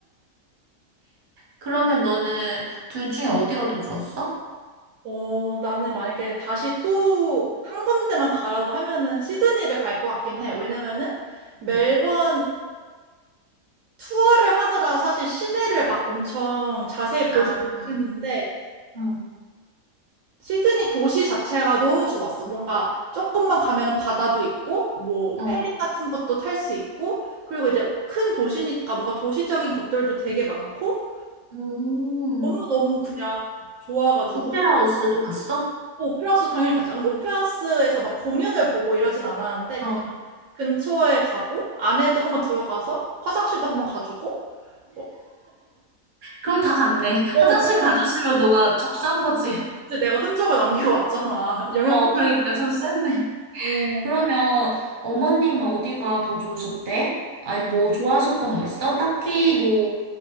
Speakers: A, on the right (about 40°); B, on the right (about 70°).
A: 그러면 너는 둘 중에 어디가 더 좋았어?
B: 어, 나는 만약에 다시 또 한 군데만 가라고 하면은 시드니를 갈 것 같긴 해. 왜냐면은 멜번은
A: 음.
B: 투어를 하느라 사실 시내를 막 엄청 자세히 보지는
A: 아,
B: 못했는데
A: 응.
B: 시드니 도시 자체가 너무 좋았어. 뭔가 조금만 가면은 바다도 있고 뭐
A: 어.
B: 페리 같은 것도 탈 수 있고 그리고 이제 큰 도시니까 뭔가 도시적인 것들도 되게 많고
A: 음.
B: 너무너무 그냥 좋아가지고
A: 오페라 하우스도 갔어?
B: 오페라 하우스 당연히 갔죠. 근데 오페라 하우스에서 막 공연을 보고 이러진 않았는데
A: 어,
B: 그냥 근처에 가고 안에도 한번 들어가서 화장실도 한번 가주고 어,
A: 그럼 다 갔네.
B: 어,
A: 화장실
B: 그러면
A: 가줬으면
B: 어,
A: 너가 접수한 거지. <laughs>
B: 이제 내가 흔적을 남기고 왔잖아. <laughs> 영역
A: 어,
B: 표시를.
A: 그러니까 접수했네.
B: 어.
A: 그러면 어머님은 어디가 더 좋으셨대? 아니, 뭐 좋아하셨던 거 있어? 딱히 뭐,